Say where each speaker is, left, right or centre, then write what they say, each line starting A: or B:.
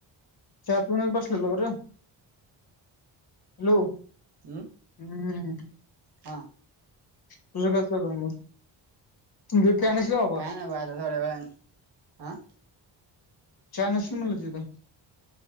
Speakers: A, on the left (about 50°); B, on the right (about 55°).
A: चहा पिऊनच बसलेलो रे हॅलो
B: हम्म
A: हम <inaudible>
B: हा
A: तुझं कसं चालू आहे मग तुमचं काय नशील बाबा
B: काय नाय बघ आता थोड्या वेळानं हा
A: चहान शी <inaudible> म्हणत होत्यात